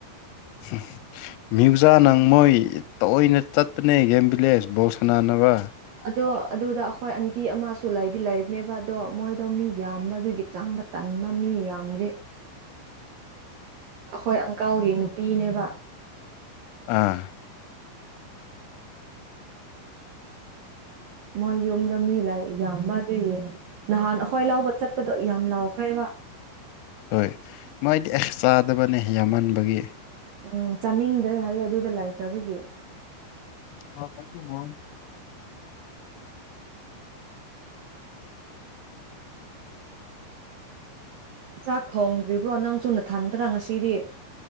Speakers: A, on the left; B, on the right.
A: ꯎꯝ꯫ ꯃ꯭ꯌꯨꯖꯥ ꯅꯪ ꯃꯣꯏ ꯇꯣꯏꯅ ꯆꯠꯄꯅꯦ ꯒꯦꯝꯕꯤꯂꯦꯟꯁ ꯕꯧꯜ ꯁꯅꯥꯅꯕ꯫
B: ꯑꯗꯣ ꯑꯗꯨꯗ ꯑꯩꯈꯣꯏ ꯑꯟꯇꯤ ꯑꯃꯁꯨ ꯂꯩꯗꯤ ꯂꯩꯕꯅꯤ ꯑꯗꯣ ꯃꯣꯏꯗꯣ ꯃꯤ ꯌꯥꯝꯕꯗꯨꯗ ꯆꯥꯡꯕ ꯇꯪꯕ ꯃꯤ ꯌꯥꯝꯃꯗꯤ ꯑꯩꯈꯣꯏ ꯑꯪꯀꯥꯜꯒꯤ ꯅꯨꯄꯤꯅꯦꯕ꯫
A: ꯑꯥ
B: ꯃꯣꯏ ꯌꯨꯝꯗꯣ ꯃꯤ ꯂꯥ ꯌꯥꯝꯕ ꯑꯗꯨꯒꯤ ꯅꯍꯥꯟ ꯑꯩꯈꯣꯏ ꯂꯧꯕ ꯆꯠꯄꯗꯣ ꯌꯥꯝ ꯂꯥꯎ ꯈꯥꯏꯕ
A: ꯍꯣꯏ ꯃꯣꯏꯗꯤ ꯑꯦꯛꯁ ꯆꯥꯗꯕꯅꯦ ꯌꯥꯝꯃꯟꯕꯒꯤ
B: ꯎꯝ ꯆꯥꯅꯤꯡꯗ꯭ꯔꯦ ꯍꯥꯏꯌꯦ ꯑꯗꯨꯗ ꯂꯩꯥꯏꯈ꯭ꯔꯕꯗꯒꯤ
A: ꯍꯂ ꯃꯣ <unintelligible> ꯟ
B: ꯆꯥꯛ ꯊꯣꯡꯗ꯭ꯔꯤꯕ꯭ꯔꯣ ꯅꯪꯁꯨ ꯅꯊꯟꯗ꯭ꯔꯥ ꯉꯁꯤꯗꯤ